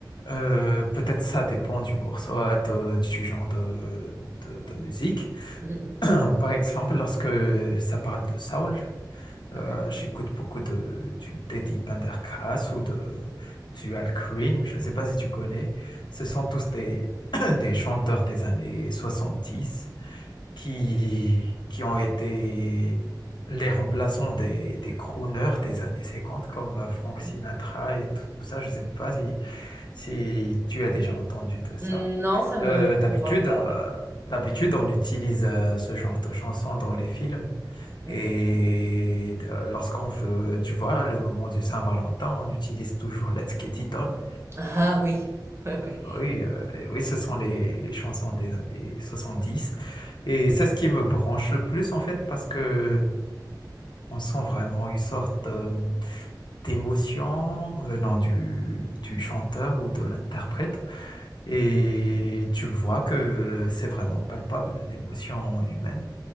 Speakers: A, on the left; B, on the right.
A: euh, peut-être ça dépend du morceau, euh, de- du genre de, de- de musique.
B: <laughs>
A: <clears throat> Par exemple, lorsque ça parle de Saul,
B: Ok.
A: Euh, j'écoute beaucoup de, du Teddy Pendergrass ou de, du Al Green. Je ne sais pas si tu connais. Ce sont tous des, <clears throat> des chanteurs des années 70 qui, qui ont été les remplaçants des, des crooners des années 50 comme euh, Frank
B: ok.
A: Sinatra et tout, tout ça. Je ne sais pas si, si tu as déjà entendu de ça.
B: Hmm, Non, ça me,
A: Euh,
B: ça
A: d'habitude,
B: me parle pas.
A: euh, d'habitude, on utilise euh, ce genre de chansons dans les films.
B: mais-
A: Et
B: ok.
A: euh, lorsqu'on veut, tu vois, le moment du Saint-Valentin, on utilise toujours Let's Get It On.
B: Ah oui, <laughs> ouais, ouais.
A: Oui, euh, et oui, ce sont les, les chansons des années 70. Et c'est ce qui me branche le plus, en fait, parce que on sent vraiment une sorte euh, d'émotion venant du, du chanteur ou de l'interprète. Et tu vois que c'est vraiment palpable, l'émotion humaine.